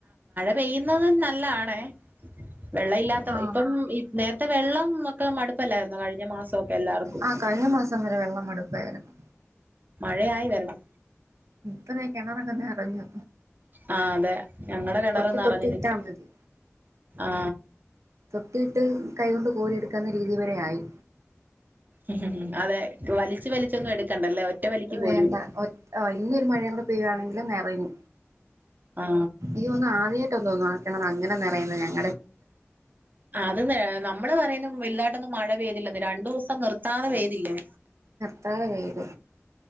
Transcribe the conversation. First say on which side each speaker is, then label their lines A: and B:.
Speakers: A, on the right; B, on the right.
A: പെയ്യുന്നതും നല്ലതണ വെള്ള ഇല്ലാത്ത
B: ആഹ്
A: ഇപ്പം നേരത്തെ വെള്ളം മടുപ്പല്ലായിരുന്നോ കഴിഞ്ഞ മാസമൊക്കെ എല്ലാർക്കും
B: ആഹ് കഴിഞ്ഞ മാസം വരെ വെള്ളം മടുപ്പായിരുന്നു
A: മഴയായി വരണം
B: തന്ന കിണറങ്ങന്ന് നിറഞ്ഞു
A: ആ അതെ ഞങ്ങടെ കിണറ്
B: ഒട്ടു
A: നറഞ്ഞു
B: തൊട്ടി ഇട്ടാ
A: നിക്ക
B: മതി
A: ആ
B: തൊട്ടിയിട്ട് കൈകൊണ്ട് കോരിയെടുക്കാവുന്ന രീതി വരെ ആയി
A: ഉ അതെ വലിച്ചു വലിച്ചൊന്നും എടുക്കണ്ടല്ലേ ഒറ്റ വലിക്ക് പോരൂല്ലോ
B: വേണ്ട ഒ ഇന്നൊരു മഴയും കൂടെ പെയ്യയാണെങ്കിൽ നിറഞ്ഞു
A: ആ
B: ഇഈ ഒന്ന് ആദ്യമായിട്ട് ഒന്തോന്ന ആക്കണ അങ്ങനെ നിറയുന്നത് ഞങ്ങ
A: അത് നമ്മള് പറയുന്നു വലുതാട്ടൊന്നും മഴ പെയ്തില്ല രണ്ടു ദിവസം നിർത്താതെ പെയ്തില്ലേ
B: തതെ വയ്ത്